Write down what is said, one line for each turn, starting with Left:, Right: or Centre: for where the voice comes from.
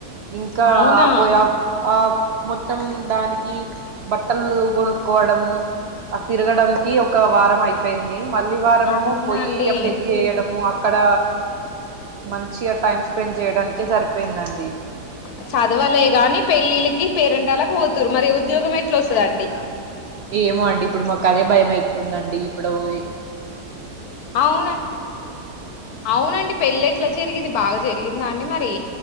Right: ఇంకా
Left: అవునా
Right: ఆ పోయి ఆ మొత్తం దానికి బట్టలు కొనుక్కోవడము ఆ తిరగడానికి ఒక వారం అయిపోయింది మళ్ళీ వారమేమో
Left: అవునా
Right: పొయ్యి
Left: అండి.
Right: ఆ పెళ్లి చేయడము అక్కడ మంచిగా టైమ్ స్పెండ్ చేయడానికే సరిపోయిందండి.
Left: అంతేగా చదవలే గాని పెళ్ళిల్కి పేరెంటాలకి పోతురు మరి ఉద్యోగమేట్ల వస్తదండి.
Right: ఏమో అండి ఇప్పుడు మాకదే భయమైతుందండి ఇప్పుడోయి
Left: అవునం అవునండి పెళ్ళెట్ల జరిగింది బాగా జరిగిందా అండి మరి